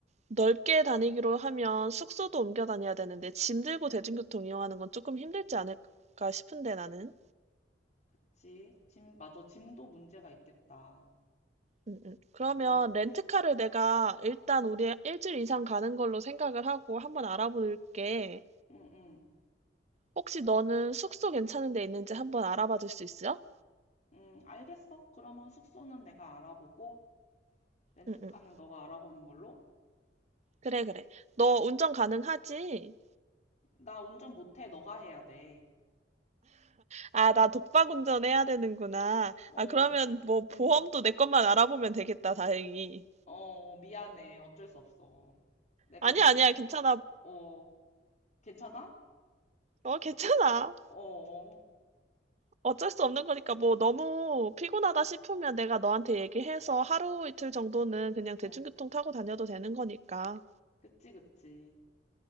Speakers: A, on the right; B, on the left.
A: 넓게 다니기로 하면 숙소도 옮겨 다녀야 되는데 짐 들고 대중교통 이용하는 건 조금 힘들지 않을까 싶은데 나는.
B: 그치? 짐, 맞아. 짐도 문제가 있겠다.
A: 음, 음. 그러면
B: 응,
A: 렌트카를 내가 일단 우리 일주일 이상 가는 걸로 생각을 하고 한번 알아볼게.
B: 응, 응,
A: 혹시 너는 숙소 괜찮은 데 있는지 한번 알아봐 줄 수 있어?
B: 응. 알겠어. 그러면 숙소는 내가 알아보고 렌트카는
A: 응, 응.
B: 너가 알아보는 걸로.
A: 그래, 그래. 너 운전 가능하지?
B: 나 운전 못해. 너가 해야 돼.
A: 아, 나 독박 운전해야 되는구나.
B: 어,
A: 아, 그러면 뭐 보험도
B: 응,
A: 내 것만 알아보면 되겠다, 다행히.
B: 어, 미안해. 어쩔 수 없어. 내가
A: 아니야,
B: 뭐,
A: 아니야, 괜찮아.
B: 어, 괜찮아?
A: 어, 괜찮아.
B: 어, 어,
A: 어쩔 수 없는 거니까 뭐 너무 피곤하다 싶으면 내가 너한테 얘기해서 하루 이틀 정도는 그냥 대중교통
B: 어,
A: 타고 다녀도 되는 거니까.
B: 그치, 그치.